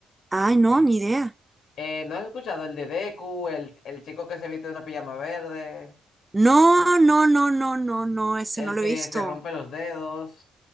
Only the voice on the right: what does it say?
Ay, no,
ni idea.
No, no, no, no, no, no, ese
no lo
he visto.